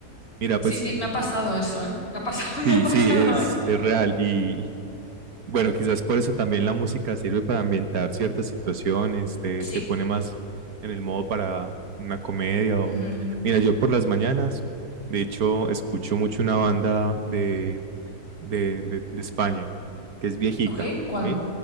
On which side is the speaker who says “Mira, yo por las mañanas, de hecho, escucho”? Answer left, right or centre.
Right